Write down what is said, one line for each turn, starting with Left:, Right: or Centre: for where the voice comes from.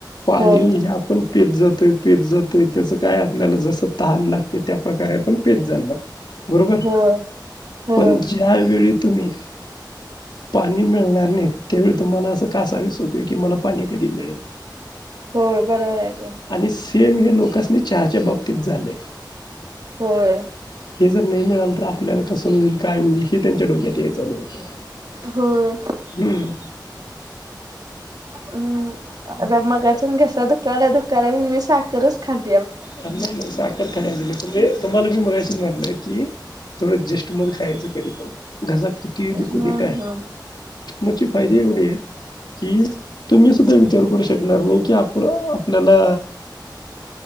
Left: पाणी
Right: होय.
Left: हे आपण पेत जातोय पेत जातोय त्याच काय आपल्याला जस् तहान लागते त्या प्रकारे आपण पेत जाणार बरोबर
Right: होय होय
Left: पण ज्या वेळी तुम्ही पाणी मिळणार नाही त्यावेळी तुम्हाला असं कासावीस होत की मला पाणी कधी मिळेल
Right: होय बरोबर आहे की
Left: आणि सेम हे लोकसनी चहाच्या बाबतीत झाले
Right: होय
Left: हे जर नाही मिळाल तर आपल्याला कसं होईल काय होईल हे त्यांच्या डोक्यात याय चालू होतं
Right: होय
Left: हम्म
Right: हम्म आता मगाच्यान घसा दुकाला दुकाला म्हणून मी साखरच खाल्ली
Left: नाही नाही साखर खाय दिली तु तुम्हाला मी मगाशीच म्हटलं की थोडं जे् खायच कधी पण घसा कितीही
Right: हम्म
Left: दुखूदे काय
Right: हम्म
Left: मची फायद एवढी आहे की तुम्ही सुद्धा विचार करू शकणार नाही की आप आप आपल्याला